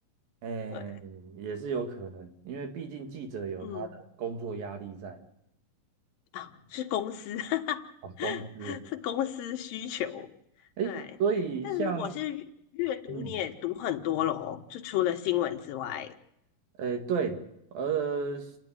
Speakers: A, on the right; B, on the left.
A: 哎，
B: 对，
A: 也是有可能，因为毕竟记者有他的工作压力在
B: 嗯，啊，是公司，<laughs> 哈哈
A: 啊，工资，
B: 是公司需求，
A: 哎，
B: 对，
A: 所以像，
B: 但是如果是阅阅读，
A: 嗯，
B: 你也读很多咯，就除了新闻之外，
A: 哎，对，呃，